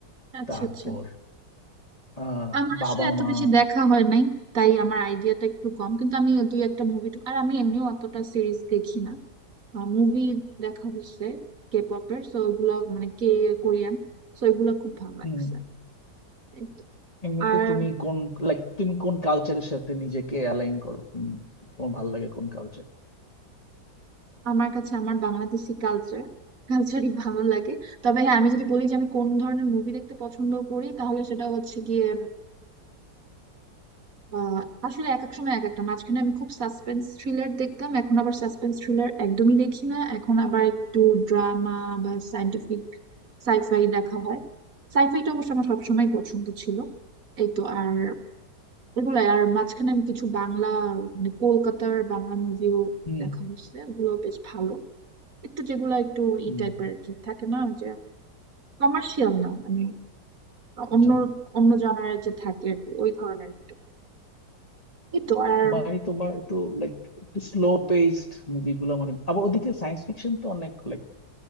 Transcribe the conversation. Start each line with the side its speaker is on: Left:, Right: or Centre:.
Right: আচ্ছা
Left: তারপর
Right: আচ্ছা
Left: আহ
Right: আমার
Left: বাবা
Right: আসলে এত
Left: মা
Right: বেশি দেখা হয় নাই তাই আমার আইডিয়াটা একটু কম কিন্তু আমি দুই একটা মুভি আর আমি এমনিও অতটা সিরিজ দেখি না মুভি দেখা হচ্ছে কে পপের সো ওগুলা মানে কে কোরিয়ান সো এগুলা খুব ভালো লাগছে
Left: উম,
Right: এই তো।
Left: এমনিতে
Right: আর
Left: তুমি কোন লাইক তুমি কোন কালচারের সাথে নিজেকে অ্যালাইন করো তুমি তোমার ভালো লাগে কোন কালচার
Right: আমার কাছে আমার বাংলাদেশি কালচার কালচারই ভালো লাগে তবে হ্যাঁ আমি যদি বলি যে আমি কোন ধরনের মুভি দেখতে পছন্দ করি তাহলে সেটা হচ্ছে গিয়ে আহ, আসলে এক এক সময় এক একটা মাঝখানে আমি খুব সাসপেন্স থ্রিলার দেখতাম এখন আবার সাসপেন্স থ্রিলার একদমই দেখি না এখন আবার একটু ড্রামা বা সায়েন্টিফিক সাইফাই দেখা হয় সাইফাইটা অবশ্য আমার সবসময় পছন্দ ছিল এই তো আর এগুলো আর মাঝখানে আমি কিছু বাংলা মানে কলকাতার বাংলা মুভিও
Left: হুম
Right: দেখা হচ্ছে ওগুলো বেশ ভালো একটু যেগুলো একটু ই
Left: হুম
Right: টাইপের কি থাকে না ওই যে কমার্শিয়াল না মানে
Left: আচ্ছা
Right: অন্য অন্য জনারের যে থাকে আর কি ওই ধরনের একটু এই তো আর
Left: মানে তোমার একটু লাইক একটু স্লো পেসড মুভিগুলো মানে আবার ওদিকে সায়েন্স ফিকশন তো অনেক like,